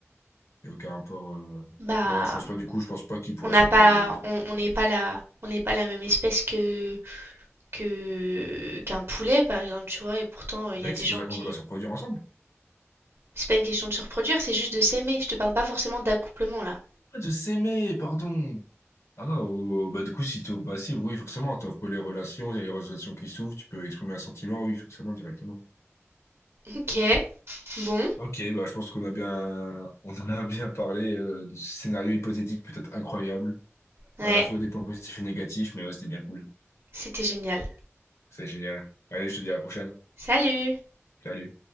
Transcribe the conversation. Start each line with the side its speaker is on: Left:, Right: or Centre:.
Left: Il y a aucun rapport... euh,
Right: Bah,
Left: Non, je pense pas du coup, je pense pas qu'ils pourraient
Right: on n'a
Left: se reproduire
Right: pas,
Left: et tout.
Right: on on n'est pas la, on n'est pas la même espèce que que qu'un poulet, par exemple, tu vois. Et pourtant, il
Left: Ah, Mec,
Right: y a des
Left: c'est
Right: gens
Left: pour ça
Right: qui.
Left: qu'on peut pas se reproduire ensemble.
Right: C'est pas une question de se reproduire, c'est juste de s'aimer. Je te parle pas forcément d'accouplement là.
Left: Ah, de s'aimer, pardon. Ah, euh, bah, du coup, si tu, bah, si, oui, forcément, tu les relations, il y a les relations qui s'ouvrent, tu peux exprimer un sentiment, oui, forcément, directement.
Right: Ok, bon,
Left: Ok, bah, je pense qu'on a bien, on en a bien parlé, euh, de ce scénario hypothétique peut-être incroyable,
Right: ouais,
Left: à la fois des points positifs et négatifs, mais ouais, c'était bien cool.
Right: c'était génial.
Left: C'est génial. Allez, je te dis à la prochaine.
Right: Salut!
Left: Salut.